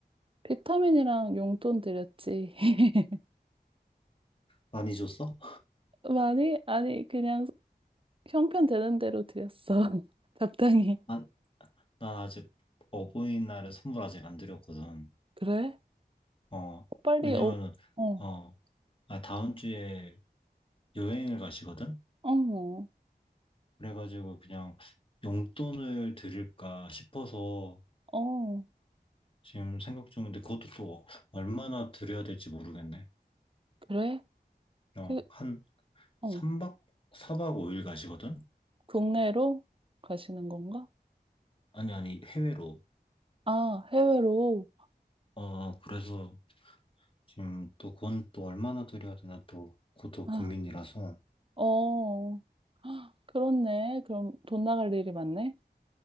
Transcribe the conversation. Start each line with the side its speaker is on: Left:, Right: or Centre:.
Right: 비타민이랑 용돈 드렸지. <laughs>
Left: 많이 줬어?
Right: 많이? 아니, 그냥 형편 되는 대로 드렸어. <laughs> 적당히.
Left: 아, 난 아직 어버이날에 선물 아직 안 드렸거든.
Right: 그래?
Left: 어,
Right: 빨리,
Left: 왜냐면은,
Right: 어, 어,
Left: 어, 아, 다음 주에 여행을 가시거든?
Right: 어,
Left: 그래가지고 그냥 용돈을 드릴까 싶어서
Right: 어,
Left: 지금 생각 중인데 그것도 또 얼마나 드려야 될지 모르겠네.
Right: 그래?
Left: 어,
Right: 그,
Left: 한
Right: 어,
Left: 3박, 4박 5일 가시거든?
Right: 국내로 가시는 건가?
Left: 아니, 아니, 해외로.
Right: 아, 해외로.
Left: 어, 그래서 지금 또 그건 또 얼마나 드려야 되나 또 그것도
Right: 아.
Left: 고민이라서.
Right: 어, 헉, 그렇네. 그럼 돈 나갈 일이 많네.